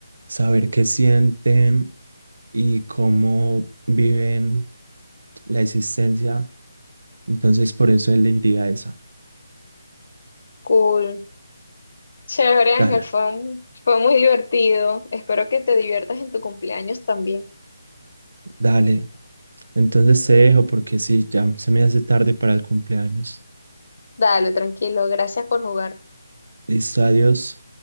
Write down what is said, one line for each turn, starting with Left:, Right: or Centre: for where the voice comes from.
Right: saber qué sienten y cómo viven la existencia. Entonces, por eso elegiría esa.
Left: Cool. Chévere,
Right: Dale,
Left: Ángel, fue, un- fue muy divertido. Espero que te diviertas en tu cumpleaños también.
Right: dale. Entonces te dejo porque sí, ya se me hace tarde para el cumpleaños.
Left: Dale, tranquilo. Gracias por jugar.
Right: Listo, adiós.